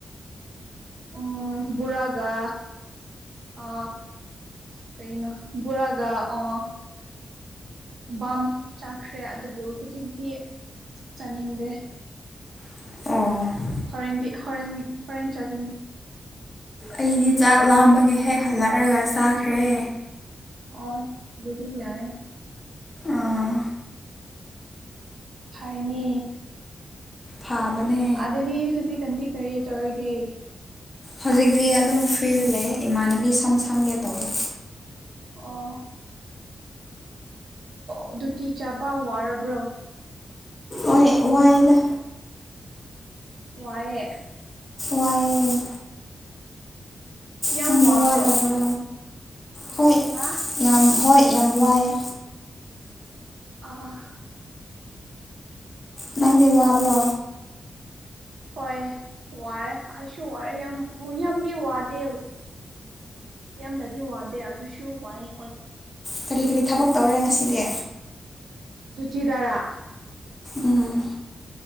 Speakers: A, on the right; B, on the left.
A: ꯎꯝ ꯔꯥꯒꯒꯥ ꯑ ꯀꯩꯅꯣ ꯕꯣꯔꯥꯒ ꯑ ꯕꯥꯝ ꯆꯥꯈ꯭ꯔꯦ ꯑꯗꯨꯕꯨ ꯍꯧꯖꯤꯛꯇꯤ ꯆꯥꯅꯤꯡꯗꯦ
B: ꯑꯣ
A: ꯍꯣꯔꯦꯟꯗꯤ ꯍꯣꯔꯦꯟ ꯍꯣꯔꯦꯟ ꯆꯥꯒꯅꯤ
B: ꯑꯩꯗꯤ ꯆꯥꯛ ꯂꯥꯝꯕꯒ ꯍꯦꯛ ꯍꯜꯂꯛꯑꯒ ꯆꯥꯈ꯭ꯔꯦ
A: ꯍ ꯗꯗꯤꯒꯤꯥꯏ
B: ꯑꯥ
A: ꯍꯥꯏꯥꯏꯅꯦ
B: ꯐꯥꯕꯅꯦ
A: ꯑꯗꯨꯗꯗꯤ ꯍꯧꯖꯤꯛꯀꯥꯟꯗꯤ ꯀꯔꯤ ꯇꯧꯔꯤꯒꯦ
B: ꯍꯧꯖꯤꯛꯇꯤ ꯑꯗꯨꯝ ꯐ꯭ꯔꯤꯗ ꯂꯩ ꯏꯃꯥꯟꯅꯕꯤ ꯁꯝ ꯁꯪꯒꯦ ꯇꯧꯋꯤ
A: ꯑꯣ ꯑꯗꯣ ꯇꯤ ꯆꯥꯕ ꯋꯥꯔꯕ꯭ꯔꯣ
B: ꯑꯣꯍꯥꯏꯗ
A: ꯋꯥꯌꯦꯦ
B: ꯋꯥꯥꯏ
A: ꯌꯥꯝ
B: ꯅꯪꯗꯤ
A: ꯋꯥꯕ꯭ꯔꯣ
B: ꯋꯥꯗꯕ꯭ꯔꯣ ꯍꯣꯏ
A: ꯍꯥ
B: ꯌꯥꯝ ꯍꯣꯏ ꯌꯥꯝ ꯋꯥꯏꯑꯦ
A: ꯑ
B: ꯅꯪ ꯗꯤ ꯋꯥꯔꯕꯣ
A: ꯍꯣꯏ ꯋꯥꯔꯦ ꯑꯩꯁꯨ ꯋꯥꯔꯦ ꯌꯥꯝ ꯌꯥꯝꯗꯤ ꯋꯥꯗꯦ ꯌꯥꯝꯅꯗꯤ ꯋꯥꯗꯦ ꯑꯗꯨꯁꯨ ꯋꯥꯏ ꯍꯣꯏ
B: ꯀꯔꯤ ꯀꯔꯤ ꯊꯕꯛ ꯇꯧꯔꯦ ꯉꯁꯤꯗꯤ
A: ꯂꯆꯤ ꯇꯔꯥ
B: ꯎꯝ